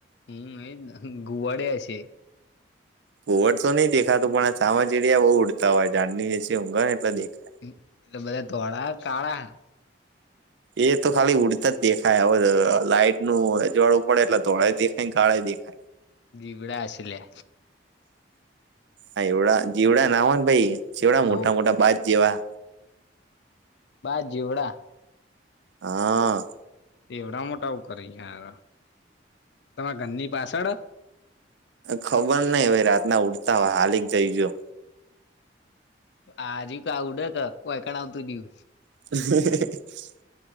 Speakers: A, on the left (about 65°); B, on the right (about 65°).
A: હ અ ગુવાડ અશે.
B: કુવડ તો નહિ દેખાતું પણ આ ચામાચીડીયા બહુ ઉડતા હોય ઊડતા જે ઊઘર એટલે દેખા.
A: એટલે બધા ધોળ કાળા
B: એ તો ખાલી ઉડતા જ દેખાય હવે લાાઈટ નું અજવાળું પડે એટલે ધોળા દેખાય ગાળા દેખાય.
A: જીગડા આશલે
B: હા એવડા જીવડા ના હો ને ભાઈ જેવડા
A: તો
B: મોટા મોટા બાદ જેવા
A: બાદ જીવડા.
B: હા
A: એવડા મોટા આવ કરાર તમારા ઘરની પાછળ.
B: ખબર નઈ ભાઈ રાતના ઉડતા હોય હાલીક જઈ ગો
A: આજી ક આવડે ક હોયકણાવ તું દવ.
B: હમ.